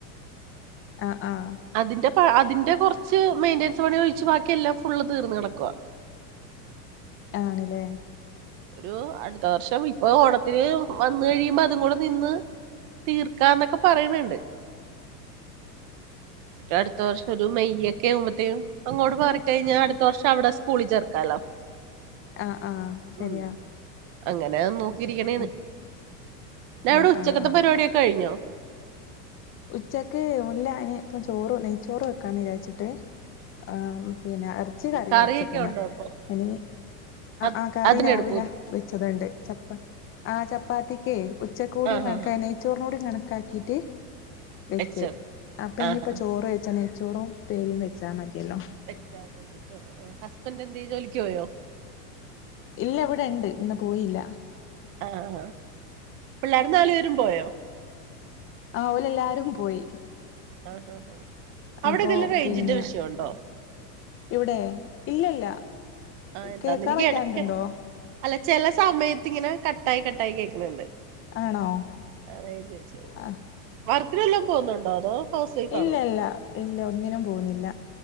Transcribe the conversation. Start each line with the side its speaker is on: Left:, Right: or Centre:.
Left: ആ ആഹ
Right: അതിന്റെ അതിന്റെ കുറച്ച് മെയിന്റനൻസ് പണി ഒഴിച്ച് ബാക്കി എല്ലാം ഫുള്ള് തീർന്ന് തിടക്കുവാ
Left: ആണ് ല്ലേ
Right: ഒരു അടുത്ത വർഷം ഇപ്പൊ ഓണത്തിന് വന്ന് കഴിയുമ്പോ അതും കൂടെ നിന്ന് തീർക്കാന്നൊക്കെ പറയണണ്ട് അടുത്ത വർഷം ഒരു മെയ്യക്കാവുമ്പത്തേക്കും അങ്ങോട്ട് മാറിക്കഴിഞ്ഞാ അടുത്ത വർഷവിടെ സ്കൂളിൽ ചേർക്കാലോ
Left: ആഹ ആഹ ശരിയാ
Right: ഉം അങ്ങനെ നോക്കിയിരിക്കാണ്
Left: ആഹ്
Right: അവിടെ
Left: ആഹ്
Right: ഉച്ചക്കത്തെ
Left: ആഹ് ആഹ്
Right: പരിപാടിക്കെ കഴിഞ്ഞോ
Left: ഉച്ചക്ക് ഇല്ല ഇനി ഇപ്പം ചോറ് നെയ്ച്ചോറ് വെക്കാന്ന് വിജാരിച്ചിട്ട് ആ പിന്നെ കൊച്ച് കറിയാ
Right: കറിയൊക്കെ
Left: വെച്ചക്കുന്നെ
Right: ഉണ്ടോ അപ്പൊ
Left: ഇനി
Right: അത്
Left: ആ കറി
Right: അതിനെടുക്കൂ
Left: രാവിലെ വെച്ചതുണ്ട് ചപ്പആ ചപ്പാത്തിക്ക് ഉച്ചക്കൂടിയ
Right: ആഹ്
Left: വക്കെ
Right: ആഹ്
Left: ചോറിനോടും കണക്കാക്കിയിട്ട് വെച്ച്
Right: വെച്ചത്
Left: അപ്പൊ ഇനിയിപ്പം
Right: ആഹ് ആഹ്
Left: ചോറ് വെയ്ച്ചണെ നെയ്ച്ചോറും ഉപ്പേരിയും വെച്ചാ മതില്ലോ
Right: വെച്ചാമതി ഹസ്ബന്റെന്തേ ജോലിക്ക് പോയോ
Left: ഇല്ല ഇവിടെ ഇണ്ട് ഇന്ന് പോയില്ല
Right: ആ ആഹ് പിള്ളേര് നാല് പേരും പോയോ
Left: ആ ഓലല്ലാരും പോയി
Right: ആഹ് ആ ആ അവിടെതിലും
Left: അപ്പൊ
Right: റേഞ്ചിന്റെ
Left: പിന്നെ
Right: വിഷയം ഉണ്ടോ
Left: ഇവിടെ ഇല്ലല്ല
Right: ആഹ് എന്താന്ന്
Left: കേക്കാൻ
Right: എനിക്ക്
Left: പറ്റാണ്ടുണ്ടോ
Right: എടക്കെട അല്ല ചില സമയത്ത് ഇങ്ങനെ കട്ടായി കട്ടായി കേൾക്കണണ്ട്
Left: ആണോ
Right: അത ചോിച്ചത്
Left: ആ
Right: വർക്കിനെല്ലാം പോുന്നുണ്ടോ അതോ ഹൗസ് വൈഫ്
Left: ഇല്ല
Right: ആണോ
Left: ഇല്ല ഇല്ല ഒന്നിനും പോകുന്നില്ല